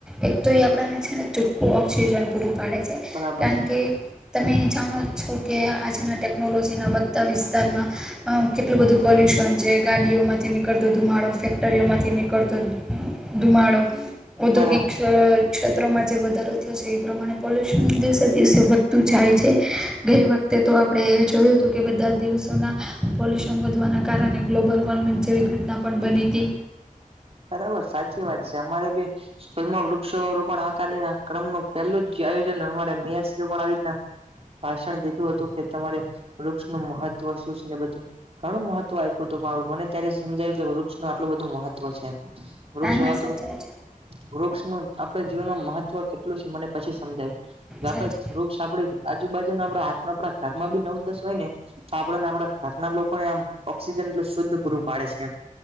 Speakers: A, in the centre; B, on the right.
A: એક તો એ આપણને છે ને ચોખ્ખું ઓક્સિજન પૂરું પાડે છે.
B: બરાબર
A: કારણ કે તમે જાણો છો કે આજના ટેકનોલોજીના વધતા વિસ્તારમાં અ કેટલું બધું પોલ્યુશન છે, ગાડીઓમાંથી નીકળ તો ધુમાડો ફેક્ટરીઓ માંથી નીકળતો ધુમાડો ઔદ્યોગિક
B: બરાબર
A: ક્ષ ક્ષેત્રોમાં જે વધારો થયો છે, એ પ્રમાણે પોલ્યુશન દિવસે દિવસે વધતું જાય છે, ગઈ વ તે તો આપણે જોયું હતું કે બધા જ દિવસોના પોલ્યુશન વધવાના કારણે ગ્લોબલ વોર્મિંગ જેવી ઘટના પણ બનીતી
B: બરાબર સાચી વાત છે, અમારે બી સ્થુમાં વૃક્ષરોપણ આ કાર્ય ક્રમનું પહેલું જ આયોજન અમારે મેયર આવી રીતના ભાષણ દીધું હતું કે તમારે વૃક્ષનું મહત્વ શું છે, ને બધું ઘણું મહત્વ આપ્યું હતું પણ મને ત્યારે સમજાયું કે વૃક્ષનું આટલું બધું મહત્વ છે, એમ
A: ના
B: વૃક્ષ
A: ના
B: વાતરુ
A: સાચું જ
B: વૃક્ષનું આપણા જીવનમાં મહત્વ કેટલું છે, મને પછી સમજાયુ
A: સાચું
B: આપડે વૃક્ષ આપડે આજુબાજુના આપ આ આપણા ઘરમાં બી નવ દસ હોય ને તો આપને આપડા ઘરના લોકોને આમ ઓક્સિજન એટલુ શુદ્ધ પૂરું પાડે છે, એમ